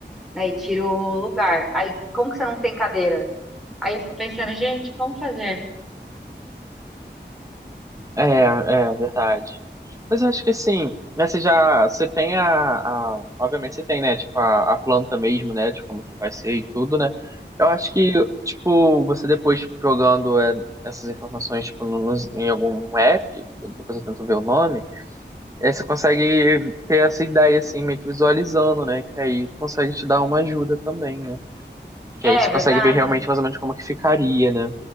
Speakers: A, in the centre; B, on the right (about 15°).
A: né? E tira o lugar. Aí, como que você não tem cadeira? Aí eu fico pensando, gente, como fazer?
B: É, é verdade. Mas eu acho que assim, né, você já, você tem a, a- obviamente você tem, né, tipo, a, a planta mesmo, né, de como que vai ser e tudo, né, eu acho que, tipo, você depois tipo, jogando é, essas informações, tipo, no- nos- em algum app, depois eu tento ver o nome, é, você consegue ter essa ideia, assim, meio que visualizando, né, que aí consegue te dar uma ajuda também, né, que aí
A: É
B: você
A: verdade.
B: consegue ver realmente mais ou menos como que ficaria, né,